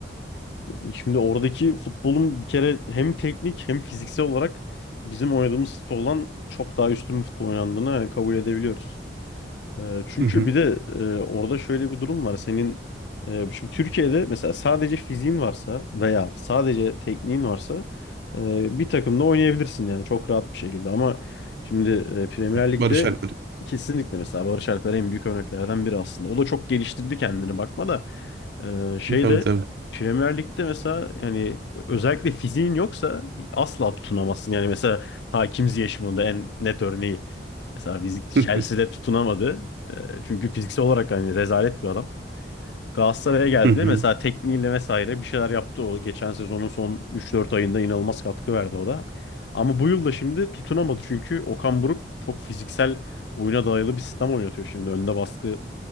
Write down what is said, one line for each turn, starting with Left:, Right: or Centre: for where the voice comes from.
Left: Ee, şimdi oradaki futbolun bir kere hem teknik hem fiziksel olarak bizim oynadığımız futboldan çok daha üstün bir futbol oynandığını yani kabul edebiliyoruz. Ee, Çünkü
Right: Hı hı.
Left: bir de e, orada şöyle bir durum var. Senin e, şimdi Türkiye'de mesela sadece fiziğin varsa veya sadece tekniğin varsa e, bir takımda oynayabilirsin yani çok rahat bir şekilde. Ama şimdi e, Premier Lig'de
Right: Barış Alper.
Left: kesinlikle mesela Barış Alper en büyük örneklerden biri aslında. O da çok geliştirdi kendini bakma da e, şeyde
Right: Tabii tabii.
Left: Premier Lig'de mesela yani özellikle fiziğin yoksa asla tutunamazsın. Yani mesela Hakim Ziyech bunun da en net örneği. Mesela fizik Chelsea'de
Right: <laughs>
Left: tutunamadı. E, çünkü fiziksel olarak hani rezalet bir adam. Galatasaray'a geldi.
Right: Hı hı.
Left: Mesela tekniğiyle vesaire bir şeyler yaptı o. Geçen sezonun son üç dört ayında inanılmaz katkı verdi o da. Ama bu yıl da şimdi tutunamadı çünkü Okan Buruk çok fiziksel oyuna dayalı bir sistem oynatıyor şimdi. Önde baskı